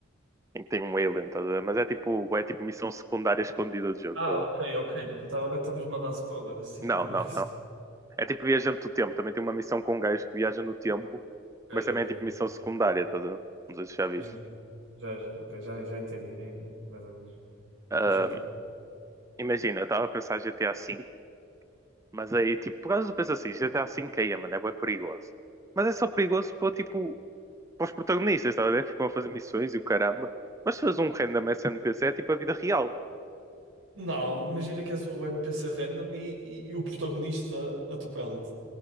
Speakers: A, on the right (about 15°); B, on the right (about 85°).
A: em que tem um alien, estás a ver? Mas é tipo, é tipo missão secundária escondida do jogo,
B: Ah,
A: estás a
B: ok,
A: ver?
B: ok. Eu estava a ver que estavas-me a dar spoiler assim,
A: Não,
B: de graça.
A: não, não. É tipo viajante do tempo, também tem uma missão com um gajo que viaja no tempo,
B: Ok,
A: mas também
B: ok.
A: é tipo missão secundária, estás a ver? Não sei se já viste.
B: Justo. Já, já, ok, já, já entendi, hein? mais ou menos.
A: Ah,
B: Faz sentido.
A: imagina, eu estava a pensar em GTA V Mas aí, tipo, por causa eu penso assim, GTA V caía, mano, é bué perigoso. Mas é só perigoso para, tipo, para os protagonistas, estás a ver? Que Ficam a fazer missões e o caramba. Mas se fores um random SNPC é tipo a vida real.
B: Não, imagina que és o NPC random e, e, e o protagonista atropela-te.